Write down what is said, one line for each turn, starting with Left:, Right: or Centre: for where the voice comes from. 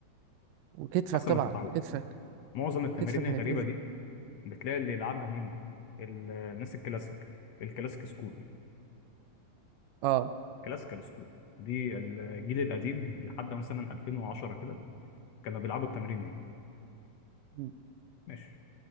Right: وكتفك
Left: حسب
Right: طبعا
Left: ما تتعود
Right: كتفك
Left: معظم التمارين
Right: كتفك
Left: الغريبه
Right: هيتاذي
Left: دي بتلاقي اللي يلعبها مين ال- الناس الكلاسيك الكلاسيك سكول
Right: اه
Left: كلاسيكال سكول دي الجيل
Right: م-
Left: القديم لحد مثلا 2010 كده كانوا بيلعبوا التمارين دي
Right: م.
Left: ماشي